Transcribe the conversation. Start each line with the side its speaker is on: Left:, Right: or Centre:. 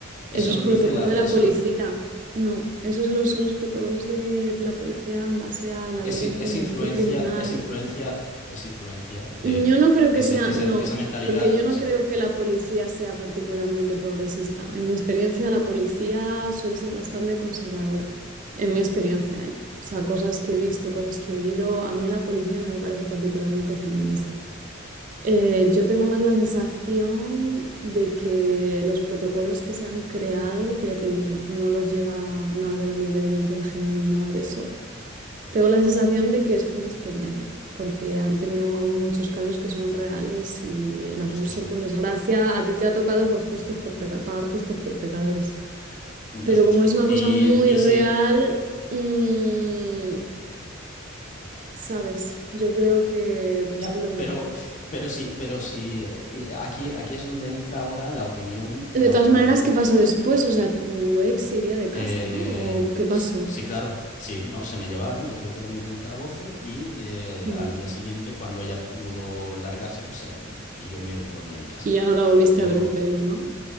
Right: Eso
Left: Eso
Right: es
Left: lo
Right: protocolo
Left: dice la,
Right: de la
Left: eso
Right: policía.
Left: lo-
Right: No, esos son los, son los protocolos de la policía en base a la
Left: es,
Right: ley de enjuiciamiento
Left: es influencia,
Right: criminal.
Left: es influencia, es influencia de
Right: Yo no creo
Left: ese,
Right: que sea,
Left: ese-
Right: no,
Left: esa mentalidad,
Right: porque yo no
Left: sí,
Right: creo que la policía sea particularmente progresista. En mi experiencia, la policía suele ser bastante conservadora. En mi experiencia, ¿eh? O sea, cosas que he visto, cosas que he oído, a mí la policía no me parece particularmente feminista. Eh, yo tengo más la sensación de que los protocolos que se han creado, que ya te digo, no los lleva nada de la ley de violencia de género ni nada de eso, tengo la sensación de que es por experiencia, porque han tenido muchos casos que son reales y el
Left: no
Right: abuso,
Left: es justo.
Right: por desgracia, a ti te ha tocado pues justo por peca- pagar justos por pecadores.
Left: No
Right: Pero
Left: es justo.
Right: como es una
Left: Y,
Right: cosa muy
Left: y
Right: real,
Left: si
Right: mm, sabes, yo creo que pues
Left: Ya,
Right: es lo que
Left: pero,
Right: hay.
Left: pero sí, pero sí, eh, y eh, aquí, aquí es donde entra ahora la opinión, la
Right: De todas
Left: opinión,
Right: maneras, ¿qué pasó después? O sea, tu ex se iría de casa,
Left: eh,
Right: ¿no? ¿O qué pasó?
Left: s- sí, claro, sí, no, se me llevaron, yo tuve que dormir en el calabozo y eh,
Right: Mm.
Left: al día siguiente, cuando ella pudo largarse, pues se largó y yo me volví a mi casa.
Right: Y ya no la volviste
Left: Pero
Right: a ver el pelo, ¿no?